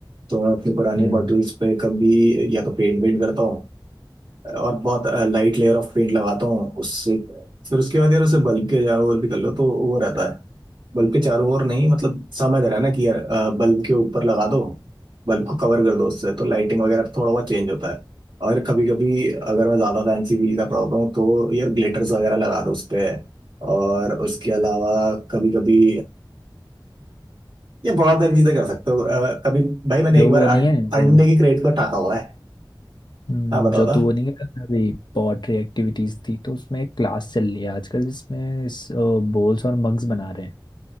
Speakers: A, on the right; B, on the left.
A: तो मैं अपनी पुरानी
B: हम्म
A: बॉटल्स पे कभी या तो पेंट वेंट करता हूँ और बहुत लाइट लेयर ऑफ पेंट लगाता हूँ उससे फिर उसके बाद यार उसे बल्ब के चारों ओर भी कर लो तो वो रहता है बल्ब के चारों ओर नहीं मतलब समझ रहा है ना कि यार बल्ब के ऊपर लगा दो बल्ब को कवर कर दो उससे तो लाइटिंग वगैरह पे थोड़ा बहुत चेंज होता है और कभी कभी अगर मैं ज़्यादा फैंसी फील कर रहा होता हूँ तो यार ग्लिटर्स वगैरह लगा दो उस पर और उसके अलावा कभी कभी ये बहुत सारी चीज़ें कर सकते हो अ, कभी भाई मैंने
B: जो
A: एक बार
B: वो
A: अं,
B: नहीं है जो
A: अंडे की क्रेट को टाका हुआ है
B: हम्म,
A: हाँ बताओ
B: जो तू
A: था
B: वो नहीं कह रहा था अभी पॉटरी एक्टिविटीज थी तो उसमें एक क्लास चल रही है आजकल जिसमें बोल्स और मग्स बना रहे हैं